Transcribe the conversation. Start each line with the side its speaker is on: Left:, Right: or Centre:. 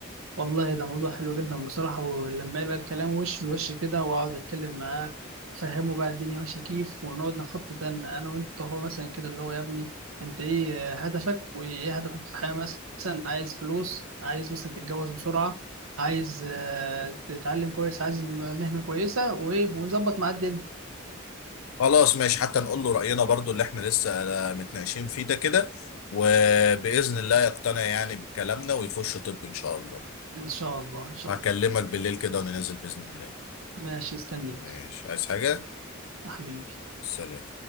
Right: والله ده موضوع حلو جدا بصراحة ولما يبقى الكلام وش لوش كده وأقعد أتكلم معاه فهمه بقى الدنيا ماشية كيف ونقعد نخطط أنا أنا وأنت هو مثلا كده اللي هو يا ابني أنت إيه هدفك وإيه هدفك في الحياة مثلا عايز فلوس عايز مثلا تتجوز بسرعة عايز آه، تتعلم كويس عايز مهنة كويسة وإيه ونظبط مع الدنيا
Left: خلاص ماشي حتى نقول له راينا برضو اللي احنا لسه آه، متناقشين فيه ده كده وباذن الله يقتنع يعني بكلامنا ويخش طب ان شاء الله
Right: إن شاء الله إن شاء
Left: هكلمك
Right: الله
Left: بالليل كده وننزل باذن الله
Right: ماشي استنيك
Left: ماشي عايز حاجه
Right: يا حبيبي
Left: سلام